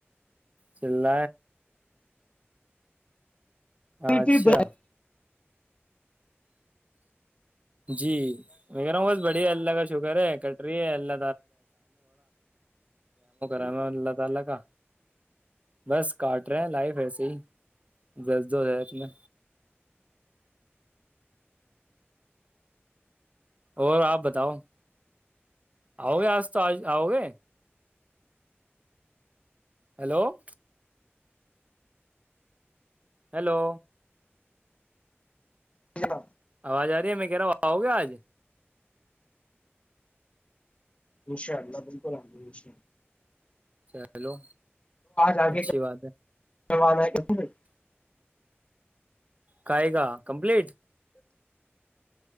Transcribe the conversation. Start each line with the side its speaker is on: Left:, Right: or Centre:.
Right: چل اچھا
Left: کیا
Right: جی میں کہہ رہا ہوں بس بڑی ہے اللہ کا شکر ہے کٹ رہی ہے اللہ اللہ تعالی کا بس کاٹ رہے ہیں لائف ایسی جذب ہو جائے اس میں اور آپ بتاؤ آؤ گے آج تو آج آؤ گے ہیلو <unintelligible> ہیلو
Left: ٹیک ن <inaudible>
Right: آواز آ رہی ہے میں کہہ رہا ہوں ہوؤ گیا آج
Left: انشاء اللہ بالکل الحمدش
Right: چلو
Left: آگے
Right: اچھی بات ہے
Left: کروانا ہے کسے <inaudible>
Right: کاائے گ کمپلیٹ